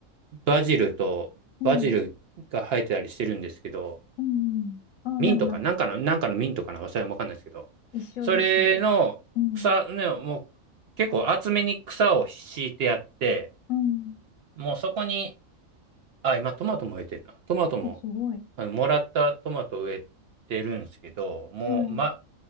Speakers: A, on the right; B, on the left.
A: バジルと、
B: うん。
A: バジルが生えてたりしてるんですけど、
B: うん。ああ、
A: ミントか、
B: でもなんか
A: なんかの、なんかのミントかな、それわかんないですけど、
B: 一緒ですよ。
A: それの草、
B: うん。
A: ね、もう結構厚めに草を敷いてやって、
B: うん。
A: もうそこに、あ、今トマトも植えてるな。トマトも、
B: あ、すごい。
A: あの、もらったトマトを植えてるんですけど、もう、
B: はい。
A: ま、